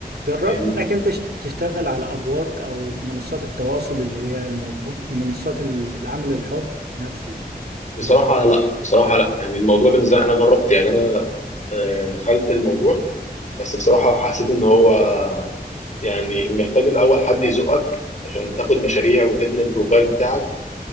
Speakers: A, on the right; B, on the left.
A: جربت
B: فاهمني
A: انك انت ش- تشتغل على ابورك او منصات التواصل اللي هي الموجود منصات العمل الحر نفسه
B: بصراحه
A: اللي هي
B: لا بصراحه لا يعني الموضوع بالنسبه لي انا جربت يعني انا آه، دخلت الموضوع بس بصراحه حسيت ان هو يعني محتاج الاول حد يزقك عشان تاخد مشاريع وتبني البروفايل بتاعك